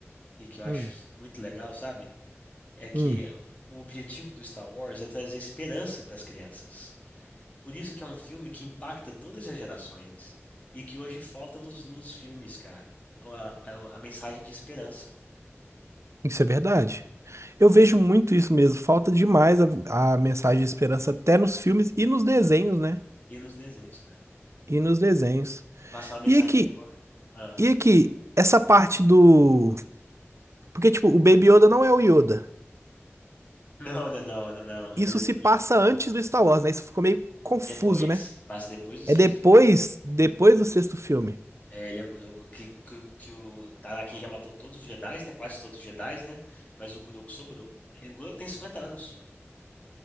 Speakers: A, on the left; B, on the right.
A: e que eu acho
B: Hum,
A: muito legal, sabe? É que
B: hum,
A: o objetivo do Star Wars é trazer esperança para as crianças. Por isso que é um filme que impacta todas as gerações e que hoje falta nos, nos filmes, cara. A, a, a mensagem de esperança
B: isso é verdade. Eu vejo muito isso mesmo. Falta demais a, a mensagem de esperança até nos filmes e nos desenhos, né?
A: e nos desenhos, cara.
B: E nos desenhos.
A: Passar uma mensagem
B: E aqui,
A: boa. Ah,
B: e aqui, essa parte do. Porque, tipo, o Baby Yoda não é o Yoda.
A: <laughs> não, não, não, não, não.
B: Isso
A: Ele é
B: se
A: o Grogu.
B: passa antes do Star Wars, né? Isso ficou meio confuso,
A: Depois,
B: né?
A: passa depois do
B: É
A: sexto
B: depois,
A: filme.
B: depois do sexto filme.
A: É, ele é o Grogu que, que, que o Anakin já matou todos os Jedi, né? Quase todos os Jedi, né? Mas o Grogu sobrou. E o Grogu tem 50 anos.